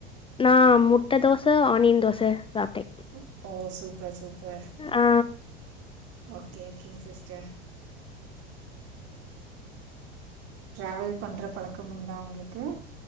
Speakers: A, on the left; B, on the right.
A: நா முட்ட தோச ஆனியன் தோச சாப்ட்டே
B: ஒ கோ சூப்பர் சூப்பர்
A: ஆ
B: ஓகே கேங் சிஸ்டர் ட்ராவல் பண்ற பழக்கம் உண்டா உங்களுக்கு